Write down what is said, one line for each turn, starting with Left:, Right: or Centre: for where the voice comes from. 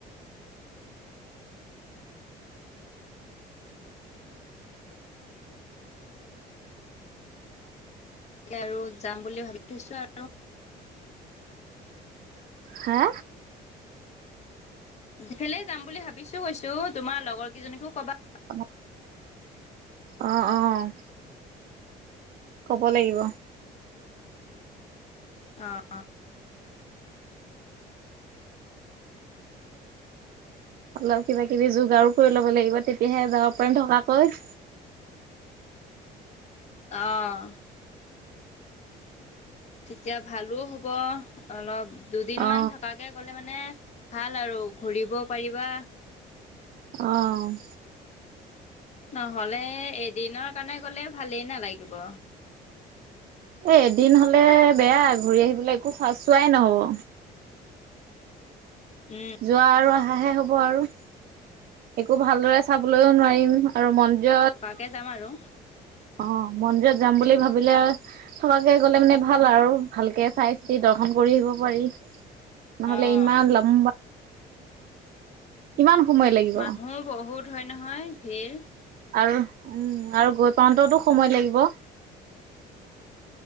Left: <unintelligible> আৰু যাম বুলি ভাবি থৈছো আৰু।
Right: হে।
Left: ইফালে যাম বুলি ভাবিছোঁ কৈছোঁ তোমাৰ লগৰ কেইজনীকো কবা।
Right: অ'। অ', অ'। ক'ব লাগিব।
Left: অ'।
Right: অলপ কিবা কিবি যোগাৰু কৰি ল'ব লাগিব তেতিয়াহে যাব পাৰিম থকাকৈ।
Left: অ'। তেতিয়া ভালো হ'ব অলপ দুদিন
Right: অ
Left: মান থাক থকাকে গলে মানে ভাল আৰু ঘূৰিব পাৰিবা।
Right: অ'।
Left: নহলে এদিনৰ কাৰণে গলে ভালেই নালাগিব।
Right: এ এদিন হলে বেয়া ঘূৰি আহিবলৈ একো চাই চোৱাই নহব।
Left: উম।
Right: যোৱা আৰু আহাহে হ'ব আৰু। একো ভালদৰে চাবলৈও নোৱাৰিম আৰু মন্দিৰত।
Left: তাকে যাম আৰু।
Right: অ', মন্দিৰত যাম বুলি ভাবিলে থকাকে গ'লে মানে ভাল আৰু ভালকে চাই চিতি দৰ্শন কৰি আহিব পাৰি। নহলে
Left: অঁ
Right: ইমান লম্বা কিমান সময় লাগিব!
Left: মানুহ বহুত হয় নহয় ভিৰ।
Right: আৰু উম আৰু গৈ পাওতেতো সময় লাগিব।